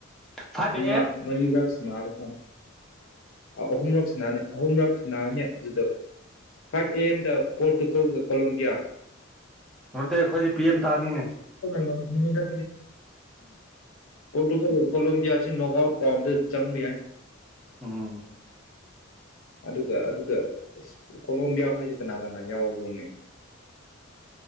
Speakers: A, in the centre; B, on the left.
A: ꯐꯥꯏꯚ ꯑꯦ
B: ꯃꯥ
A: ꯑꯦꯝ
B: ꯃꯔꯤꯗꯥꯛꯁꯅꯕꯀꯣ ꯑꯍꯨꯝꯔꯛꯁꯤꯅꯥꯅꯦ ꯑꯍꯨꯝꯔꯛ ꯈꯨꯅꯥꯅꯤ ꯑꯗꯨꯗ ꯐꯥꯏꯚ ꯑꯦ ꯑꯦꯝꯗ ꯄꯣꯔꯇꯨꯒꯜꯒ ꯀꯣꯂꯣꯕꯤꯌꯥ
A: ꯑꯗꯨꯗꯤ ꯑꯩꯈꯣꯏꯗꯤ ꯄꯤ ꯑꯦꯃ ꯇꯥꯔꯅꯤꯅꯦ
B: ꯉꯝꯈꯤꯅꯤꯗ ꯄꯣꯔꯇꯨꯒꯜ ꯀꯂꯦꯝꯕꯤꯌꯥ ꯑꯁꯤ ꯅꯣꯒꯥ ꯆꯪꯃꯤ ꯌꯥꯏ
A: ꯎꯝ
B: ꯑꯗꯨꯒ ꯑꯗꯨꯗ ꯏꯁ ꯀꯣꯂꯣꯝꯕꯤꯌꯥ ꯍꯣꯢꯁꯦ ꯀꯅꯥ ꯀꯅꯥ ꯌꯥꯎꯕ꯭ꯔꯣꯅꯦ